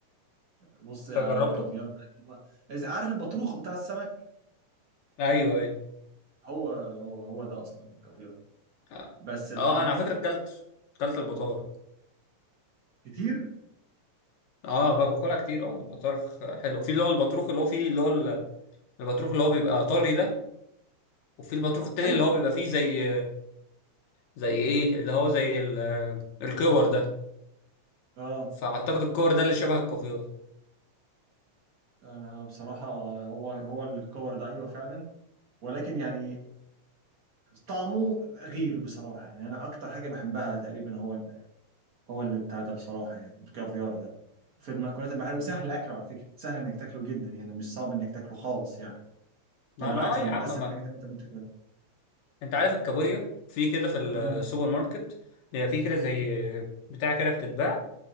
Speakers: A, on the right (about 75°); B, on the left (about 75°).
A: بص انا
B: انت جربته
A: الكافيار ده هو إذا عارف البطروخ بتاع السمك
B: ايوه ايوه
A: هو هو هو ده اصلا الكافيار
B: اه
A: بس طعمه
B: آه، انا على فكره اكلت اكلت البطار
A: كتير
B: اه بقى باكلها كتير اه البطارخ حلو في اللي هو البطروخ اللي هو فيه اللي هو ال- البطروخ اللي هو بيبقى طري ده وفي البطروخ التاني
A: ايوه
B: اللي هو بيبقى فيه زي زي ايه اللي هو زي ال- الكور ده
A: اه
B: فاعتقد الكور ده اللي شبه الكافيار
A: انا بصراحة هو هو الكور ده ايوه فعلا ولكن يعني طعمه غير بصراحة يعني انا اكتر حاجة بحبها تقريبا هو هو اللي بتاع ده بصراحة يعني الكافيار ده في المأكولات البحرية وسهل أكله على فكرة سهل إنك تاكله جدا يعني مش صعب إنك تاكله خالص يعني
B: ما
A: ده بالعكس
B: انا اه
A: ده
B: يا
A: من
B: عم
A: أسهل
B: ما
A: الحاجات اللي أنت ممكن تاكلها
B: انت عارف الكابوريا في كده في السوبر
A: مم،
B: ماركت هي في كده زي بتاع كده بتتباع